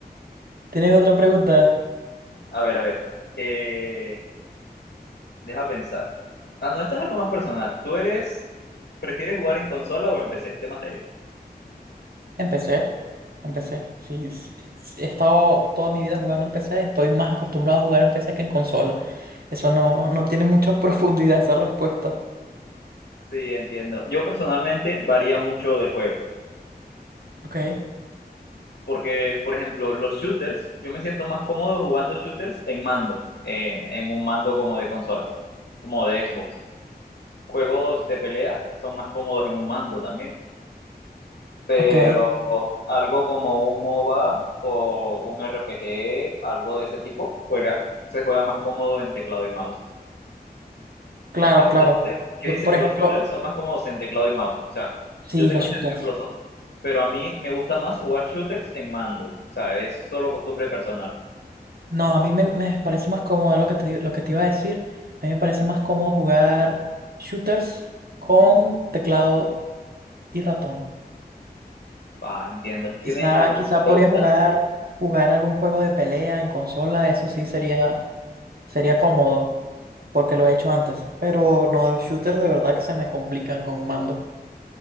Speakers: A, on the right; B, on the left.
A: ¿tienes otra pregunta?
B: A ver, a ver. eh, deja pensar. Ah, no, esto es algo más personal. ¿Tú eres, prefieres jugar en consola o en PC? Tema serio.
A: Empecé, empecé. Sí, sí, sí, he estado toda mi vida jugando en PC, estoy más acostumbrado a jugar en PC que en consola. Eso no, no tiene mucha <laughs> profundidad esa respuesta.
B: Sí, entiendo. Yo personalmente varía mucho del juego.
A: Ok,
B: Porque, por ejemplo, los shooters, yo me siento más cómodo jugando shooters en mando, en, en un mando como de consola, como de Xbox. Juegos de pelea son más cómodos en un mando también, pero
A: ok,
B: algo como un MOBA o un RPG, algo de ese tipo, juega, se juega más cómodo en teclado y mouse.
A: claro,
B: Hay mucha
A: claro.
B: gente que
A: Yo,
B: dice
A: por
B: que
A: ejemplo,
B: los shooters son más cómodos en teclado y mouse. O sea,
A: Sí,
B: yo tengo
A: los
B: entendido
A: shooters.
B: que lo son, pero a mí me gusta más jugar shooters en mando. O sea, es solo costumbre personal.
A: No, a mí me, me parece más cómodo lo que te, digo- lo que te iba a decir. A mí me parece más cómodo jugar shooters con teclado y ratón.
B: Ah, entiendo.
A: Quizá,
B: ¿Tienes alguna
A: quizá
B: pregunta?
A: podría jugar, jugar algún juego de pelea en consola, eso sí sería, sería cómodo, porque lo he hecho antes. Pero no, de los shooters de verdad que se me complican con un mando.